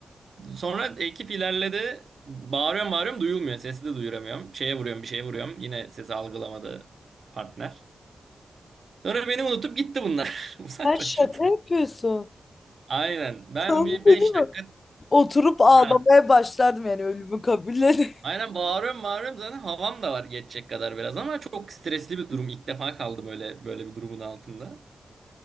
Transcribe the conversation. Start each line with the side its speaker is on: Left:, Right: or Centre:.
Right: sonra ekip ilerledi. Bağırıyorum bağırıyorum duyulmuyor. Sesi de duyuramıyorum. Şeye vuruyorum bir şeye vuruyorum. Yine sesi algılamadı partner. Sonra beni unutup gitti bunlar. <laughs> Uzaklaşıp.
Left: Sen şaka yapıyorsun.
Right: Aynen. Ben
Left: Sen
Right: bir
Left: bir
Right: 5
Left: şey değil mi?
Right: dakika...
Left: Oturup ağlamaya
Right: <laughs>
Left: başlardım yani ölümü kabullenip.
Right: Aynen bağırıyorum bağırıyorum zaten havam da var geçecek kadar biraz ama çok stresli bir durum. İlk defa kaldım öyle böyle bir durumun altında.